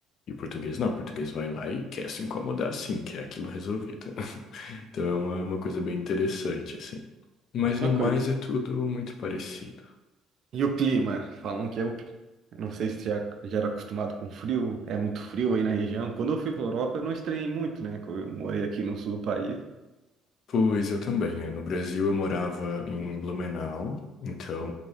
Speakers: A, on the left; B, on the right.
A: E o português não, o português vai lá e quer se incomodar, sim, quer aquilo resolvido. <laughs> Então, é uma, uma coisa bem interessante, assim. Mas
B: Uma
A: no mais
B: coisa,
A: é tudo muito parecido.
B: E o clima? Falam que é o. eu Não sei se já, já era acostumado com frio, é muito frio aí na região. Quando eu fui para Europa, eu não estranhei muito, né? que Eu morei aqui no sul do país.
A: Pois eu também, é. No Brasil eu morava em Blumenau, então